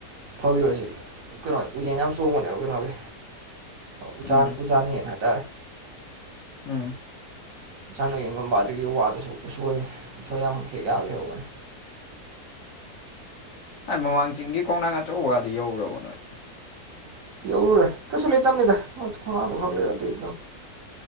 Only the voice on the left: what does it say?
ꯎꯝ
ꯎꯝ
ꯍꯥꯏ ꯃꯃꯥꯡ ꯆꯤꯡꯒꯤ ꯈꯣꯡꯅꯥꯡ ꯑꯆꯧꯕꯒꯗꯨ ꯌꯧꯔꯨꯔꯕ ꯅꯣꯏ